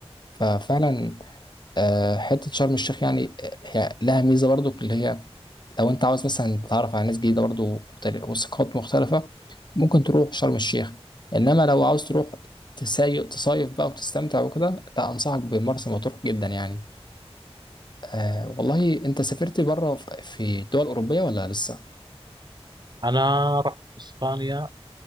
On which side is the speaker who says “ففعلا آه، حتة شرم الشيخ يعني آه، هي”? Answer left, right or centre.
Left